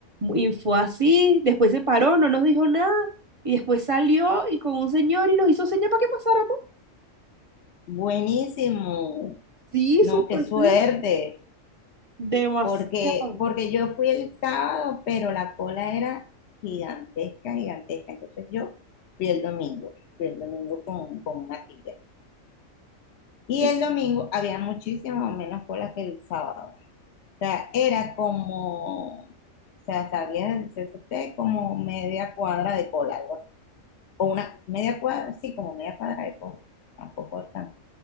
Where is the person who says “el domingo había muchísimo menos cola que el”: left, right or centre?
Left